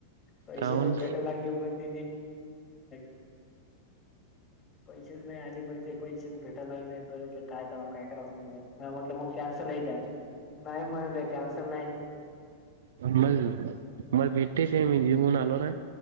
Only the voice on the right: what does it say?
काहून
म मला भेटतेच आहे. मी जी म्हून आलो ना?